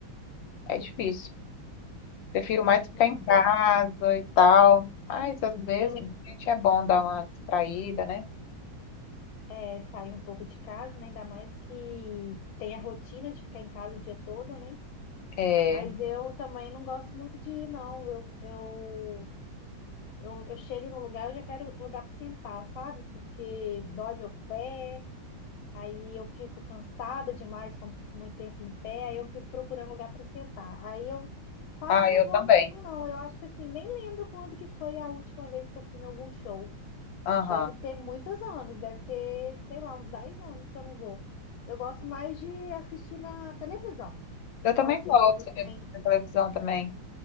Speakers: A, on the left (about 75°); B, on the left (about 85°).
A: é difícil. Prefiro mais ficar
B: Nossa,
A: em casa
B: eu,
A: e tal. Mas às vezes
B: eu
A: a gente é bom dar uma distraída, né?
B: é, saí um pouco de casa, né? Ainda mais que tem a rotina de ficar em casa o dia todo, né?
A: É,
B: Mas eu também não gosto muito de ir, não. Eu, eu Eu, eu chego num lugar, eu já quero um lugar para sentar, sabe? Porque dói meu pé, aí eu fico cansada demais quando fico muito tempo em pé, aí eu fico procurando lugar para sentar. Aí eu quase
A: Ah,
B: não
A: eu
B: vou
A: também.
B: mesmo, não. Eu acho que assim, nem lembro quando que foi a última vez que eu fui em algum show.
A: Aham.
B: Deve ter muitos anos, deve ter, sei lá, uns 10 anos que eu não vou. Eu gosto mais de assistir na televisão.
A: Eu também
B: Gosto assim
A: gosto
B: quando tem.
A: de de televisão também.